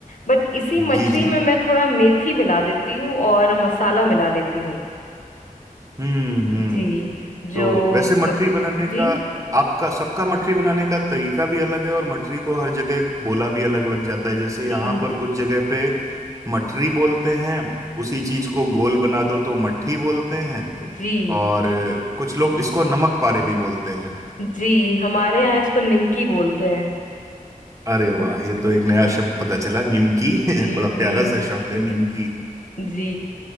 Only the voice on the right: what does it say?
जी जी
हम्म हम्म
तो वैसे मठरी
बनाने का
आपका सबका मठरी बनाने का तरीका भी अलग है और मठरी को हर जगह बोला भी अलग अलग जाता है जैसे
यहाँ पर कुछ जगह पे मठरी बोलते हैं उसी चीज को गोल बना दो तो मट्ठी बोलते हैं
और कुछ लोग इसको नमक पारे भी बोलते हैं
अरे वाह
ये तो एक नया शब्द पता चला निमकी
<laughs> बड़ा
प्यारा सा शब्द
है निमकी